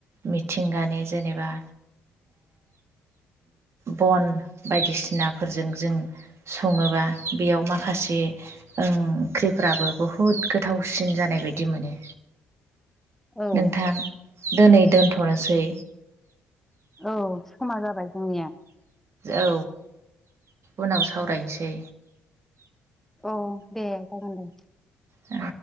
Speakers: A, on the right; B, in the centre.
A: मिथिंगानि जेनेबा बन बायदिसिनाफोरजों जों सङोबा बेयाव माखासे ओंख्रिफ्राबो बुहुद गोथावसिन जानाय बायदि मोनो।
B: औ
A: नोंथां दिोनै दोनथ'नोसै।
B: औ खोमा जाबाय जोंनिया
A: औ उनाव सावरायनोसै।
B: अ दे जागोन दे।
A: <unintelligible> ए